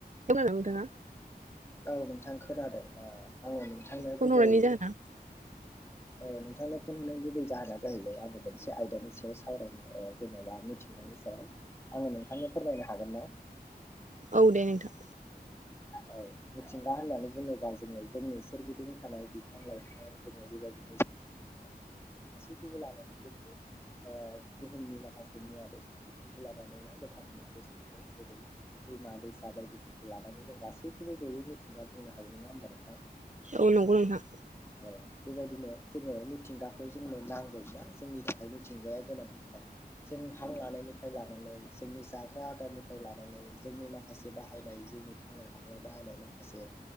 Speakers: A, on the right (about 50°); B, on the left (about 15°).
A: खोनादों नोंथांआ
B: औ नोंथां खोनादों ओ आङो नोंथांनो
A: फन
B: गुबै
A: हरनायनि जाहोना
B: ओ नोंथांनो फन हरनायनि गुबै जाहोना जाहैबाय आङो मोनसे आयदानि सायाव सावरायनो जेनेबा मिथिंगानि सायाव आङो नोंथांनो फोरमायनो हागोन ना
A: औ दे नोंथां
B: औ मिथिंगा होननानै बुङोबा जोङो जोंनि सोरगिदिं थानाय बिफां लाइफां जोङो बेबायदिनो गासैखौबो लानानै जोङो ओ बुहुमनि माखासे मुवा बेसाद बेफोरखौ लानानै ना गोथां मुवा बेसादफोर जेरै दैमा दैसा बायदिफोरखौ लानानै जों गासैखौबो जयै मिथिंगा बुंनो हायो नङा होमबा नोंथां
A: औ नंगौ नोंथां
B: उम बेबायदिनो जोङो मिथिंगाखौ जोंनो नांगौब्ला जोंनि थाखाय मिथिंगाया गोनांथिथार जों हां लानायनिफ्राय लानानै जोंनि जाग्रा आदारनिफ्राय लानानै जोंनि माखासे बाहायनाय जिउनि थांना थानायाव बाहायनाय माखासे